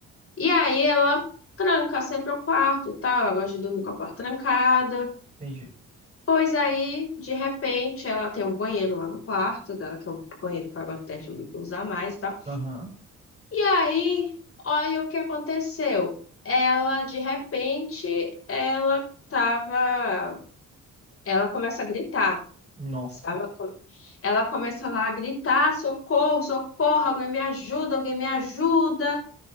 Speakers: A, on the left (about 45°); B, on the right (about 25°).
A: E aí ela tranca sempre o quarto e tal. Ela gosta de dormir com a porta trancada.
B: entendi.
A: Pois aí, de repente, ela tem um banheiro lá no quarto dela, que é um banheiro que ela gosta até de usar mais e tal.
B: Aham.
A: E aí, olha o que aconteceu. Ela, de repente, ela tava. Ela começa a gritar.
B: Nossa.
A: Sabe? Ela começa lá a gritar: socorro, socorro, alguém me ajuda, alguém me ajuda.